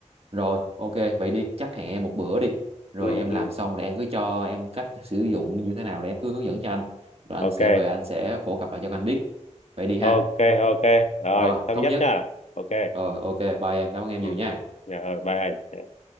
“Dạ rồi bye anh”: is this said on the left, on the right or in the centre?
Left